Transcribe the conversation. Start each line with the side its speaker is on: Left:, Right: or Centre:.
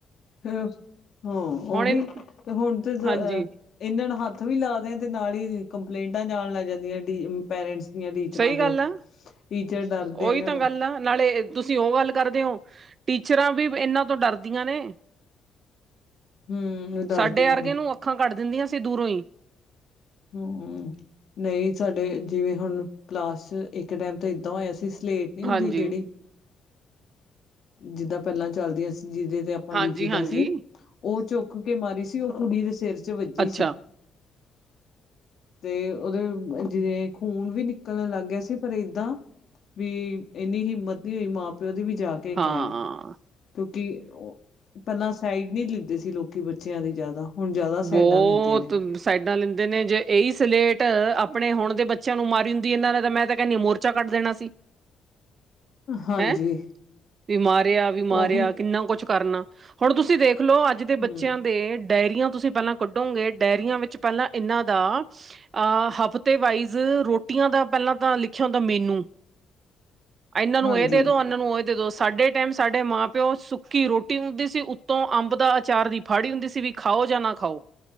Left: ਹਾਂ
Right: ਹੁਣ
Left: ਓਹੀ
Right: ਇਹ-
Left: ਤੇ ਹੁਣ ਤੇ
Right: ਹਾਂਜੀ
Left: ਇਨਾਂ ਨੂੰ ਹੱਥ ਵੀ ਲਾ ਦੇਣ ਤੇ ਨਾਲ ਈ ਕੰਪਲੇਂਟਾਂ ਜਾਣ ਲੱਗ ਜਾਂਦੀਆਂ ਡੀ ਪੇਰੈਂਟਸ ਦੀਆਂ ਟੀਚਰਾਂ
Right: ਸਹੀ
Left: ਕੋਲ,
Right: ਗੱਲ ਆ
Left: ਟੀਚਰ ਡਰਦੇ
Right: ਉਹੀ
Left: ਨੇ
Right: ਤਾਂ
Left: ਹੁਣ।
Right: ਗੱਲ ਨਾਲੇ ਤੁਸੀਂ ਓ ਗੱਲ ਕਰਦੇ ਓ, ਟੀਚਰਾਂ ਵੀ ਵ ਇਨਾਂ ਤੋਂ ਡਰਦੀਆਂ ਨੇ!
Left: ਹਮ-ਹਮ, ਡਰਦੀਆਂ
Right: ਸਾਡੇ ਵਰਗੇ
Left: ਨੇ।
Right: ਨੂੰ ਅੱਖਾਂ ਕੱਢ ਦਿੰਦੀਆਂ ਸੀ ਦੂਰੋਂ ਈ।
Left: ਹਮਮ। ਨਈ, ਸਾਡੇ ਜਿਵੇਂ ਹੁਣ ਕਲਾਸ 'ਚ ਇੱਕ ਟਾਈਮ ਤਾਂ ਏਦਾਂ ਹੋਇਆ ਸੀ, ਸਲੇਟ ਨੀ ਹੁੰਦੀ
Right: ਹਾਂਜੀ
Left: ਜੇੜੀ ਜਿੱਦਾਂ ਪੇਲਾਂ ਚੱਲਦੀਆਂ ਸੀ, ਜਿਦੇ ਤੇ ਆਪ ਆਪਾਂ
Right: ਹਾਂਜੀ
Left: ਲਿਖੀ
Right: ਹਾਂਜੀ
Left: ਦਾ ਸੀ, ਓ ਚੁੱਕ ਕੇ ਮਾਰੀ ਸੀ, ਓ ਕੁੜੀ ਦੇ ਸਿਰ 'ਚ ਵੱਜੀ
Right: ਅੱਛਾ
Left: ਸੀ। ਤੇ ਓਦੋਂ ਜਿਵੇਂ ਖੂਨ ਵੀ ਨਿਕਲਣ ਲੱਗ ਗਿਆ ਸੀ, ਪਰ ਏਦਾਂ ਵੀ ਇੰਨੀ ਹਿੰਮਤ ਨੀ ਹੋਈ ਮਾਂ-ਪਿਓ ਦੀ ਵੀ ਜਾ ਕੇ
Right: ਹਾਂ
Left: ਕਹਿਣ, ਕਿਉਂਕਿ ਪੇਲਾਂ ਸਾਈਡ ਨੀ ਲੈਂਦੇ ਸੀ ਲੋਕੀ ਬੱਚਿਆਂ ਦੀ ਜਾਦਾ, ਹੁਣ ਜਾਦਾ ਸਾਈਡਾਂ
Right: ਬਹੁਤ
Left: ਲੈਂਦੇ ਨੇ।
Right: ਸਾਈਡਾਂ ਲੈਂਦੇ ਨੇ! ਜੇ ਇਹੀ ਸਲੇਟ ਆਪਣੇ ਹੁਣ ਦੇ ਬੱਚਿਆਂ ਨੂੰ ਮਾਰੀ ਹੁੰਦੀ ਇਨਾਂ ਨੇ, ਤਾਂ ਮੈਂ ਤਾਂ ਕੇਨੀ ਆਂ ਮੋਰ ਚਾ ਕੱਢ ਦੇਣਾ ਸੀ।
Left: ਹਾਂਜੀ।
Right: ਹੈਂ ਵੀ ਮਾਰਿਆ ਵੀ ਮਾਰਿਆ,
Left: ਉਹੀ
Right: ਕਿੰਨਾ ਕੁਛ ਕਰਨਾ, ਹੁਣ ਤੁਸੀਂ ਦੇਖਲੋ ਵੀ ਅੱਜ ਦੇ
Left: ਹੂੰ
Right: ਬੱਚਿਆਂ ਦੇ ਡੇਰੀਆਂ ਤੁਸੀਂ ਪਹਿਲਾਂ ਕਡੋਂਗੇ, ਡੇਰੀਆਂ ਵਿੱਚ ਪਹਿਲਾਂ ਇਨਾਂ ਦਾ ਆ ਹਫਤੇ ਵਾਈਜ਼ ਰੋਟੀਆਂ ਦਾ ਪੈਲਾਂ ਤਾਂ ਲਿਖਿਆ ਹੁੰਦਾ ਮੇਨੂੰ ਇਨਾਂ ਨੂੰ
Left: ਹਾਂਜੀ
Right: ਐ ਦੇ ਦੋ, ਉਨਾਂ ਨੂੰ ਓ ਜਦੋ ਸਾਡੇ ਟੈਮ ਸਾਡੇ ਮਾਂ-ਪਿਓ ਸੁੱਕੀ ਰੋਟੀ ਹੁੰਦੀ ਸੀ, ਉੱਤੋਂ ਅੰਬ ਦਾ ਅਚਾਰ ਦੀ ਫਾੜੀ ਹੁੰਦੀ ਸੀ ਵੀ ਖਾਓ ਜਾ ਨਾ ਖਾਓ,